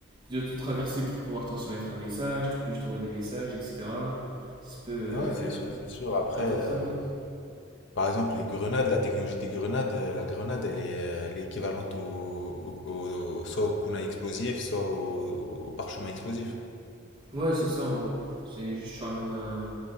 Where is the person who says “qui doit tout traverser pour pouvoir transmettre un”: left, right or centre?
Right